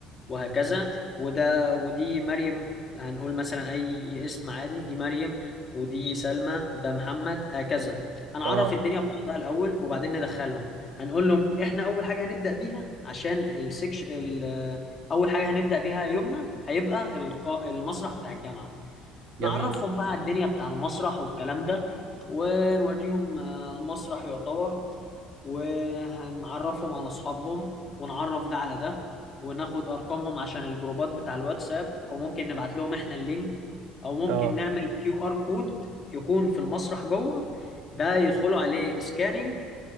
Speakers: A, on the left; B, on the right.
A: وهكذا وده ودي مريم هنقول مثلا أي اسم عادي دي مريم ودي سلمى ده محمد هكذا هنعرف
B: اه
A: الدنيا بنفسها الأول وبعدين ندخلهم هنقول لهم إحنا أول حاجة هنبدأ بيها عشان السكش ال- أول حاجة هنبدأ بيها يومنا هيبقى القا- المسرح بتاع الجامعة نعرفهم
B: جميل
A: بقى على الدنيا بتاع المسرح والكلام ده ونوريهم آه، المسرح يعتبر ونعرفهم على اصحابهم ونعرف ده على ده وناخد ارقامهم عشان الجروبات بتاع الواتساب او ممكن نبعت لهم احنا اللينك او ممكن
B: اه
A: نعمل كيو ار كود يكون في المسرح جوه ده يدخلوا عليه سكاننج